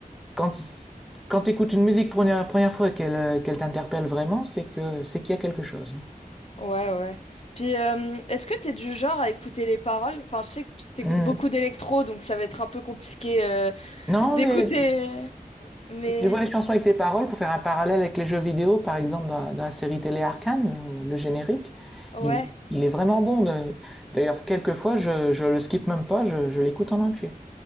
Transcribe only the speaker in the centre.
quand, quand t'écoutes une musique pour une première fois et qu'elle, euh, qu'elle t'interpelle vraiment, c'est que, c'est qu'il y a quelque chose.
Hmm.
Non,
mais
tu vois les chansons avec tes paroles pour faire un parallèle avec les jeux vidéo, par exemple, dans, la dans la série télé Arcane, le, le générique,
il, est- il est vraiment bon. de- D'ailleurs, quelquefois, je, je le skip même pas, je, je l'écoute en entier.